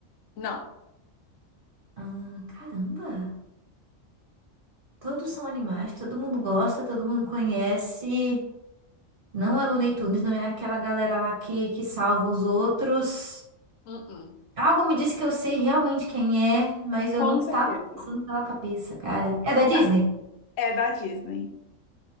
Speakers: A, on the left; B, on the right.
A: Não.
B: Ah, caramba! Todos são animais, todo mundo gosta, todo mundo conhece. Não é Looney Tunes, não é aquela galera lá que, que salva os outros.
A: Uh-uh.
B: Algo me disse que eu sei realmente quem é, mas eu
A: Com
B: não
A: certeza.
B: tá me passando pela cabeça, cara. É da Disney?
A: Tá. É da Disney.